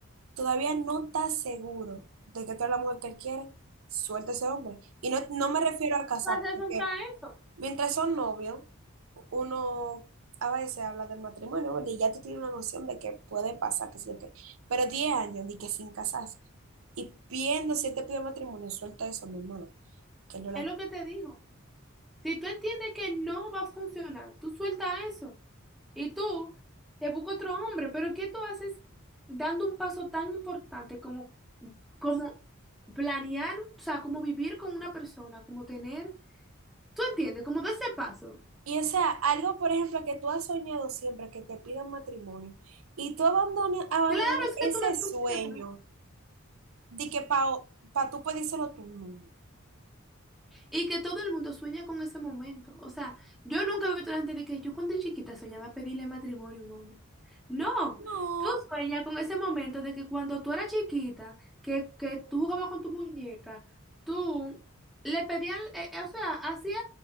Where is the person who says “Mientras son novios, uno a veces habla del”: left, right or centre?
Right